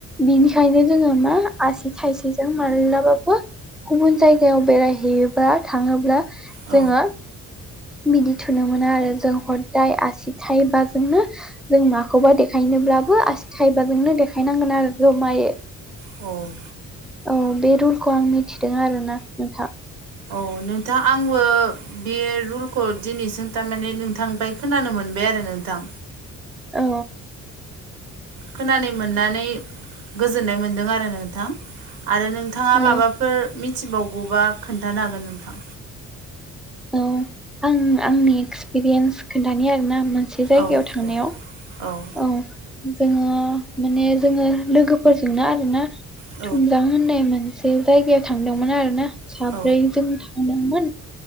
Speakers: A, in the centre; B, on the right (about 85°).
A: बिनिखायनो जोङो मा आसि थाइसेजों मालाबाबो गुबुन जायगायाव बेरायहैयोब्ला थाङोब्ला
B: औ
A: जोङो बिदि थुनो मोनो आरो जों हदाय आसि थाइबाजोंनो जों माखौबा देखायनोब्लाबो आसि थाइबाजोंनो देखायनांगोन आरो जमाय
B: औ
A: औ बे रुलखौ आं मिथिदों आरोना नोंथां।
B: अ नोंथां आंबो बे रुलखौ दिनैसिम थारमाने नोंथांनिफ्राय खोनानो मोनबाय आरो नोंथां।
A: औ
B: खोनानो मोननानै गोजोननाय मोनदों आरो नोंथां आरो नोंथाङा
A: औ
B: माबा फोर मिथिबावगौबा खोन्थानो हागोन नोंथां?
A: औ आं आंनि एक्सपिरियेन्स खोनथानि आरोना मोनसे जायगायाव
B: औ
A: थांनायाव
B: औ औ।
A: औ जोङो माने जोङो लोगोफोरजोंना आरोना
B: औ
A: थुमजां होननाय मोनसे जायगायाव थांदोंमोन आरो ना साब्रै
B: औ
A: जों थांदोंमोन